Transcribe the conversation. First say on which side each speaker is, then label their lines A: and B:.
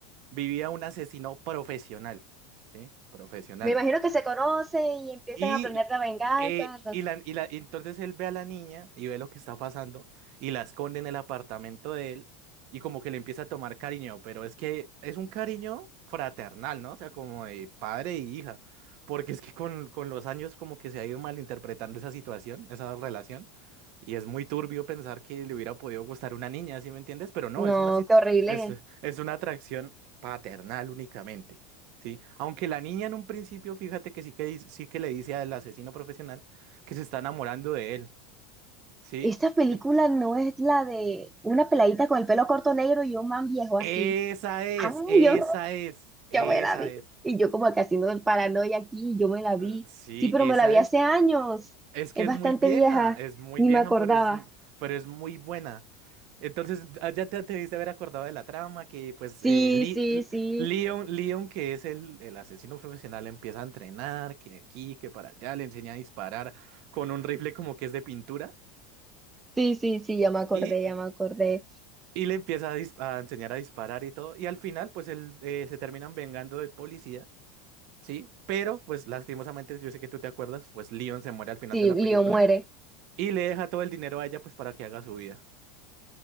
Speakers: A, on the right; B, on the right.
A: vivía un asesino profesional, ¿sí? Profesional.
B: Me imagino que se conoce y empiezan
A: Y,
B: a planear la venganza.
A: eh,
B: las-
A: y, la, y la- entonces él ve a la niña y ve lo que está pasando y la esconde en el apartamento de él y como que le empieza a tomar cariño, pero es que es un cariño fraternal, ¿no? O sea, como de padre e hija, porque es que con, con los años como que se ha ido malinterpretando esa situación, esa relación, y es muy turbio pensar que le hubiera podido gustar una niña, ¿sí me entiendes? Pero no,
B: No,
A: es una, sit-
B: qué horrible.
A: es, es una atracción paternal únicamente. Sí, aunque la niña en un principio, fíjate que sí que dice- sí que le dice al asesino profesional que se está enamorando de él, ¿sí?
B: Esta película
A: En-
B: no es la de una peladita con el pelo corto negro y un man viejo así.
A: Esa es,
B: Ay,
A: esa
B: yo no
A: es, esa
B: Yo me la vi.
A: es.
B: Y yo como que haciendo el paranoia aquí, yo me la vi.
A: eh, Sí,
B: Sí, pero
A: esa
B: me la vi
A: es.
B: hace años.
A: Es que
B: Es
A: es
B: bastante
A: muy vieja,
B: vieja,
A: es muy
B: ni
A: vieja,
B: me acordaba.
A: pero es, m- pero es muy buena. Entonces, ah, ya te, te diste haber acordado de la trama, que pues
B: Sí,
A: eh, Lee-
B: sí,
A: L-
B: sí.
A: Leon, Leon, que es el, el asesino profesional, empieza a entrenar, que aquí, que para allá, le enseña a disparar con un rifle como que es de pintura.
B: Sí, sí, sí, ya me acordé,
A: Y,
B: ya me acordé.
A: y le empieza a, dis- a enseñar a disparar y todo. Y al final, pues él eh, se terminan vengando del policía, ¿sí? Pero, pues lastimosamente, yo sé que tú te acuerdas, pues Leon se muere al final
B: Sí,
A: de la
B: Leo
A: película
B: muere.
A: y le deja todo el dinero a ella, pues para que haga su vida.